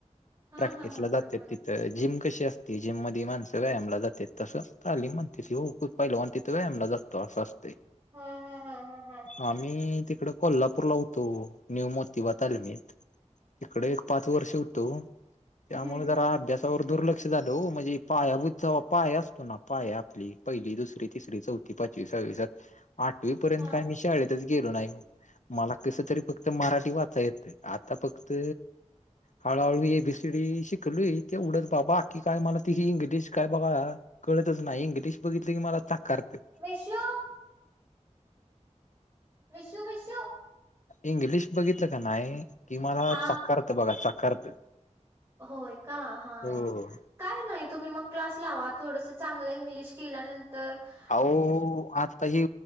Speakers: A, on the right; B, on the left.
A: हा
B: प्रॅक्टिसला
A: हा हा हा
B: जात
A: हा
B: तीत तर जिम कशी असते जिम मध्ये माणसं व्यायामला जातात तसं तालीम म्हणते त हो खूप पहिलं आणि तिथं व्यायामला जात. तो असं असते.
A: हम हम हम हम हम
B: आम्ही तिकडे कोल्हापूर ला होतो न्यू मोती बता आल मीत तिकडे एक पाच वर्ष होतो त्यामुळे
A: हम्म,
B: जरा अभ्यास दुर्लक्ष झालं हो म्हणजे पायाभुज पाय असतो ना पाया आपली पहिली दुसरी तिसरी चौथी ती पचवीस सवीसात आठवी पर्यंत
A: हा
B: काय मी शाळेतच गेलो नाही मला कस तरी फक्त मराठी वाचा येत आता फक्त हळूहळू एबीसीडी शिकलोय ते उडत बाबा आखकी काय मला तिी इंग्लिश काय बघा कळतच नाही इंग्लिश बघितलं की मला चाकारते
A: विषो विशु विशु
B: इंग्लिश बघितलं का नाही कि मला
A: हा
B: चाकारत बघा चाकारत
A: होय का हा
B: हो
A: काय नाही तुम्ही मग क्लास लावा थोडंसं चांगलं इंग्लिश केल्यानंतर तर
B: अहो आता हे